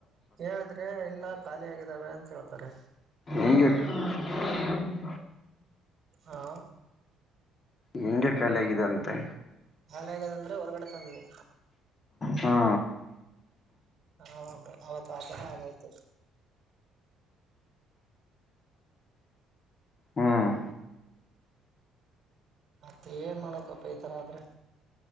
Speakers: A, on the right; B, on the left.
A: ಕೇಳಿದ್ರೆ ಇಲ್ಲ ಖಾಲಿ ಆಗಿದ್ದಾವೆ ಅಂತ ಹೇಳ್ತಾರೆ.
B: ಈ <unintelligible>
A: ಹಾ
B: ಹಿಂಗೆ ಖಾಲಿ ಆಗಿದೆ ಅಂತೆ.
A: ಖಾಲಿ ಆಗ್ಯದ ಅಂದ್ರೆ ಹೊರಗಡೆ ತಂದ್ವಿ.
B: ಹಾ
A: ಹಾ ಬ್ ಅವತ್ ಆತರ ಆಗೊಯ್ತು.
B: ಹ್ಮ್
A: ಮತ್ತೆನ್ ಮಾಡಕಪ್ಪ ಈತರ ಆದ್ರೆ.